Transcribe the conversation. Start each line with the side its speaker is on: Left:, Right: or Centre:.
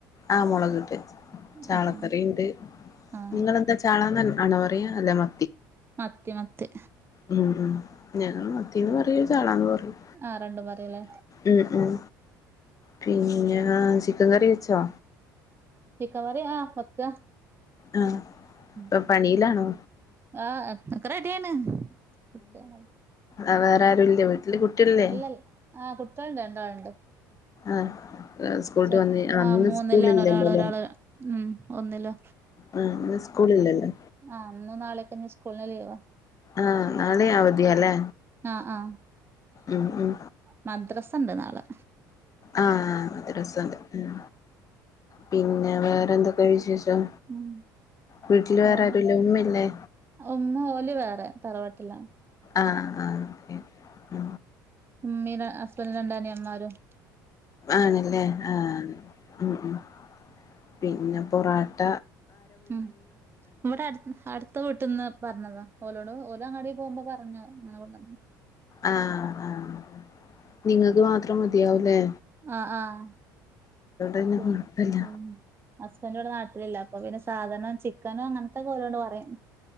Left: ആഹ് മൊളകിട്ട് വെച്ച് ചാളക്കറിണ്ട്
Right: ആഹ് ആഹ് ആഹ്
Left: നിങ്ങളെന്താച ചാളന്നാല് ആണോ പറയാ അല്ലാ മ
Right: മത്തി മത്തി
Left: ഉം ഉം ഞങ്ങള് മത്തീന്ന് പറയും ചാളാന്ന് പറയും
Right: ആ രണ്ടും പറയല്ലേ
Left: ഉം ഉം പിന്നെ ചിക്കൻ കറി വെച്ചോ
Right: ചിക്കൻ കറി ആഹ് വെക്ക
Left: ആഹ്
Right: ഉം
Left: ഇപ്പൊ പണിയിലാണോ
Right: ആഹ് ഒക്കെ റെഡിയാണ് കുക്കെയ്യാണോ
Left: അഹ് വേറെ ആരും ഇല്ലേ വീട്ടില് കുട്ടികളില്ലേ
Right: ഇല്ലൽ ആ കുട്ടികളുണ്ട് രണ്ടാളുണ്ട്
Left: ആഹ് സ്കൂൾട്ട്
Right: ചെറു
Left: വന്ന് അഹ്
Right: ആഹ്
Left: ഇന്ന്
Right: മൂന്നിലാണ്
Left: സ്കൂൾ ഇല്ലല്ലോല്ലേ
Right: ഒരാള് ഒരാള് ഉം ഒന്നില്
Left: ആ ഇന്ന് സ്കൂളില്ലല്ലോ
Right: ആ ഇന്നും നാളെയൊക്കെ ഇനി സ്കൂൾന് ലീവാ
Left: ആഹ് നാളെയും അവധിയാല്ലേ
Right: ആഹ് ആഹ്
Left: ഉം ഉം
Right: മദ്രസ്സ ഉണ്ട് നാളെ
Left: ആഹ മദ്രാസ്സണ്ട് ഉം പിന്നെ വേറെന്തൊക്കെ വിശേഷം
Right: ഉം
Left: വീട്ടില്
Right: വേറെ
Left: ആരുല്ലേ ഉമ്മയില്ലേ
Right: ഉമ്മ ഓലെ വേറെ തറവാട്ടിലാണ്
Left: ആഹ് ആഹ് ഉ
Right: ഉമ്മീടെ <unintelligible> രണ്ടാന്റെ അമ്മാരും
Left: ആണല്ലേ ആഹ് ഉം ഉം പിന്നെ പൊറോട്ട
Right: ഉം ഇവിടെ അടുത്ത അടുത്ത വീട്ടന്ന് പറഞ്ഞതാ ഓലോട് ഓല് അങ്ങാടി പോകുമ്പോ പറഞ്ഞോ അങ്ങനെ കൊണ്ടന്ന -
Left: ആഹ് ആഹ് നിങ്ങക്ക് മാത്രം മതിയാവും ല്ലേ
Right: ആഹ് ആഹ് <inaudible>
Left: പിന്നെ കൊഴപ്പല്ല
Right: ഉ ഹസ്ബൻഡ് ഇവിടെ നാട്ടിലില്ല അപ്പൊ പിന്നെ സാധനവും ചിക്കനും അങ്ങനത്തെക്കെലോട് പറയും